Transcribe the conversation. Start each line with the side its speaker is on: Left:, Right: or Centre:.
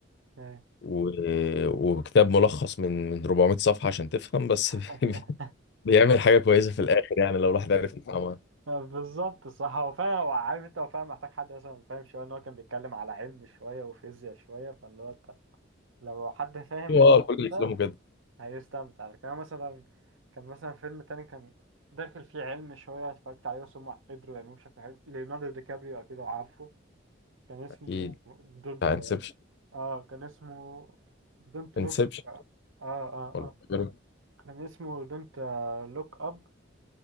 Right: ايه
Left: و... وكتاب ملخص من من 400 صفحة عشان تفهم بس
Right: <laughs>
Left: <laughs> بيعمل حاجة كويسة في الآخر يعني لو الواحد عرف يفهمها
Right: بالظبط صح هو فعلا هو عارف انت هو فعلا محتاج حد مثلا فاهم شويه ان هو كان بيتكلم على علم شويه وفيزياء شويه فاللي هو انت لو حد فاهم
Left: هو
Right: في الكلام
Left: آه كل أفلامه
Right: ده
Left: كده
Right: هيستمتع لكن أنا مثلا كان مثلا فيلم تاني كان داخل فيه علم شويه اتفرجت عليه بس هم قدروا يعملوه بشكل حلو ليوناردو دي كابريو اكيد عارفه كان اسمه
Left: أكيد
Right: دونت
Left: انسبشن
Right: اه كان اسمه دونت
Left: انسبشن
Right: لوك اه اه اه
Left: ولا
Right: آه.
Left: غيره
Right: كان اسمه دونت لوك اب